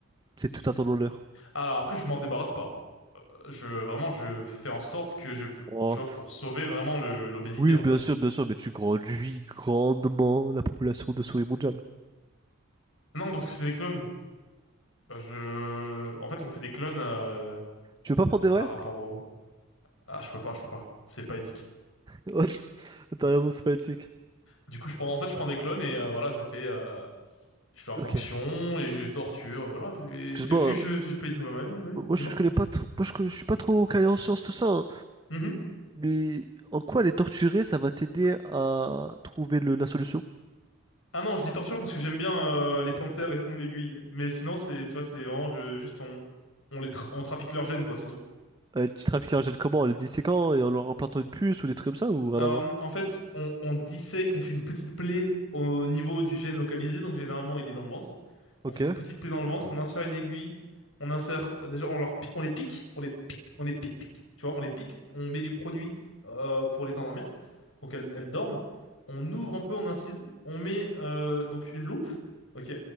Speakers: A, on the right (about 20°); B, on the left (about 65°).
A: C'est tout à ton honneur.
B: Alors après, je m'en débarrasse pas. Euh, Je vraiment, je fais en sorte que je,
A: Oh.
B: tu vois, pour sauver vraiment le l'obésité.
A: Oui,
B: hein.
A: bien
B: Que-
A: sûr, bien sûr, mais tu grandis grandement la population de souris mondiale.
B: Non, parce que c'est des clones. Euh, Je, en fait, on fait des clones euh,
A: Tu veux pas prendre des vrais?
B: par rapport au. Ah, je peux pas, je peux pas. C'est pas éthique.
A: <laughs> T'as raison, c'est politique.
B: Du coup, je prends, en fait, je prends des clones et euh, voilà, je fais, euh, je fais en fonction
A: Ok.
B: et je torture, voilà. Et,
A: Excuse-moi,
B: et puis je, je peux y trouver ma vie, oui.
A: euh, moi
B: Dis-moi.
A: je, je connais pas trop, moi je, co- je suis pas trop calé en sciences tout ça, hein.
B: Mm-hmm.
A: mais en quoi les torturer, ça va t'aider à trouver le, la solution?
B: Ah non, je dis torture parce que j'aime bien euh, les planter avec mon aiguille. Mais sinon, c'est, tu vois, c'est vraiment je- juste on, on les tra- on trafique leurs gènes, quoi, c'est tout.
A: Euh, tu trafiques l'argent comment? En les disséquant et en leur implantant une puce ou des trucs comme ça ou rien
B: Alors,
A: à voir?
B: en en fait, on, on dissèque, on fait une petite plaie au niveau du gène localisé, donc généralement il est dans le ventre.
A: Ok,
B: On fait une petite plaie dans le ventre, on insère une aiguille, on insère, déjà on, leur, pi- on les pique, on les pique, on les pique, pique, tu vois, on les pique, on met du produit euh, pour les endormir, donc elles, elles dorment. On ouvre un peu, on incise, on met euh, donc une loupe, ok,